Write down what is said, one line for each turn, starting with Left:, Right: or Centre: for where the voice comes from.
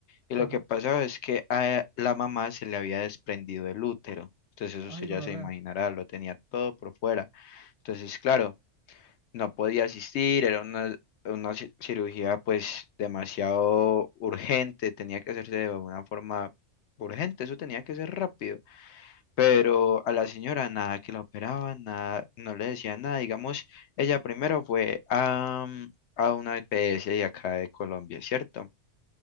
Left: Y lo
Right: ajá.
Left: que pasaba es que a la mamá se le había desprendido el útero. Entonces eso
Right: Ay,
Left: usted
Right: gonorrea.
Left: ya se imaginará, lo tenía todo por fuera. Entonces, claro, no podía asistir, era una, una ci- cirugía pues demasiado urgente, tenía que hacerse de una forma urgente, eso tenía que ser rápido. Pero a la señora nada que la operaban, nada, no le decían nada. Digamos, ella primero fue a, a una EPS de acá de Colombia, ¿cierto?